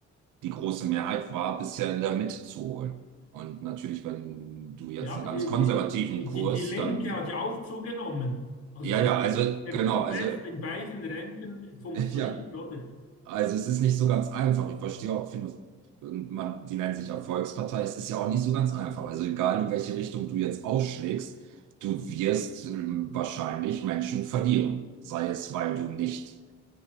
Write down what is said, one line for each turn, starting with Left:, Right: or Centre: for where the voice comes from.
Right: die große Mehrheit war, bisher in der Mitte zu holen. Und natürlich, wenn du jetzt
Left: Ja,
Right: einen
Left: aber
Right: ganz
Left: die,
Right: konservativen
Left: die, die,
Right: Kurs,
Left: die die Linke
Right: dann,
Left: hat ja auch zugenommen. Also
Right: ja,
Left: der,
Right: ja, also
Left: der
Right: genau,
Left: Protest
Right: also
Left: in beiden Rändern funktioniert,
Right: <laughs> ja,
Left: oder?
Right: Also es ist nicht so ganz einfach. Ich verstehe auch, finde, man, die nennen sich ja Volkspartei. Es ist ja auch nicht so ganz einfach. Also egal, in welche Richtung du jetzt ausschlägst, du wirst ähm, wahrscheinlich Menschen verlieren. Sei es, weil du nicht